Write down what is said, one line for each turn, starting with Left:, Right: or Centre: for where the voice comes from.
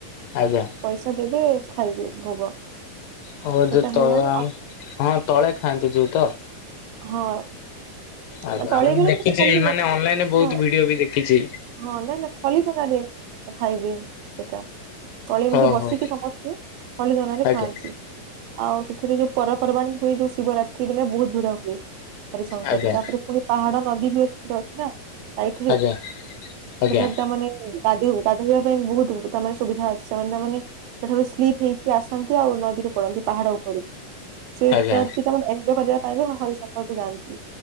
Left: ଆଜ୍ଞା
Right: ପଇସା ଦେବେ ଖାଇବେ ଭୋଗ।
Left: ହଉ
Right: ସେଟା
Left: ଯୋଉ ତଳେ
Right: ହେଲାଣି
Left: ମାନେ
Right: ଆଉ
Left: ହଁ ତଳେ ଖାଆନ୍ତି ଯୋଉ ତ।
Right: ହଁ।
Left: ଆଜ୍ଞା
Right: ନା ତଳେ
Left: ମୁଁ
Right: ମାନେ
Left: ଦେଖିଛି
Right: ସେ ଖଲିରେ
Left: ମାନେ ଅନଲାଇନରେ ବହୁତ
Right: ହଁ
Left: ଭିଡିଓ ବି ଦେଖିଛି।
Right: ହଁ ନା ନା ଖଲି ପକାନ୍ତି। ତାକୁ ଖାଇବେ ସେଟା। ତଳେ ଏମିତି
Left: ଓହୋ
Right: ବସିକି ସମସ୍ତେ ଖଲି ଧରନ୍ତି
Left: ଆଜ୍ଞା
Right: ଖାଆନ୍ତି ଆଉ ସେ ଏଥିରେ ଯୋଉ ପର୍ବ ପର୍ବାଣି ହୁଏ ଯୋଉ ଶିବରାତ୍ରି ଦିନ ବହୁତ ଭିଡ ହୁଏ ହରିଶଙ୍କର
Left: ଆଜ୍ଞା
Right: ତାପରେ ପୁଣି ପାହାଡ ନଦୀ ବି ସେଥିରେ ଅଛି ନା ଆ ଏଥିରେ
Left: ଆଜ୍ଞା
Right: ତ
Left: ଆଜ୍ଞା
Right: ସେଠାରେ ତା ମାନେ ଗାଧେଇ ଗାଧୋଇବା ପାଇଁ ବହୁତ ତାମାନେ ସୁବିଧା ଅଛି ସେମାନେ ତାମାନେ ସେଠାରୁ ସ୍ଲିପ ହେଇଛି ଆସନ୍ତି ଆଉ ନଦୀ ପଳାନ୍ତି ପାହାଡ ଉପରୁ ସେ
Left: ଆଜ୍ଞା
Right: ପତି ତା ମାନେ ଏଞ୍ଜୋୟ କରିବା ପାଇଁ ହିଁ ହ-ହରିଶଙ୍କରକୁ ଯାଆନ୍ତି।